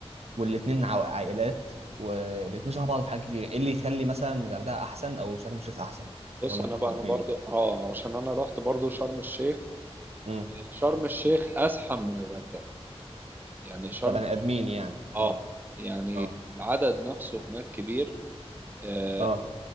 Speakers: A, on the right; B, on the right.
A: والاتنين عو- عائلات والاتنين شبه بعض في حاجات كتير ايه اللي يخلي مثلا الغردقه احسن او شرم الشيخ احسن
B: بص
A: وانا
B: انا
A: رحت
B: بقى
A: الاتنين
B: انا برضو اه عشان انا رحت برضو شرم الشيخ
A: امم
B: شرم الشيخ ازحم من الغردقة يعني شرم
A: كبني ادمين يعني
B: اه
A: اه
B: يعني
A: اه
B: العدد نفسه هناك كبير آه،
A: اه